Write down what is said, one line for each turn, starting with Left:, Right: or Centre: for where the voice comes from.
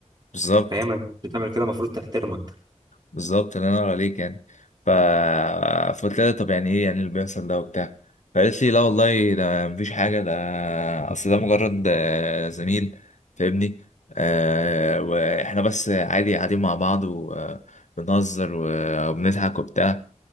Left: بالظبط
Right: فهي ما كانتش تعمل كده المفروض تحترمك
Left: بالظبط الله ينور عليك يعني ف... فقلت لها طب يعني ايه يعني اللي بيحصل ده وبتاع فقالت لي لا والله ده مفيش حاجة ده أصل ده مجرد آه، زميل فاهمني آه وإحنا بس عادي قاعدين مع بعض وبنهزر وبنضحك وبتاع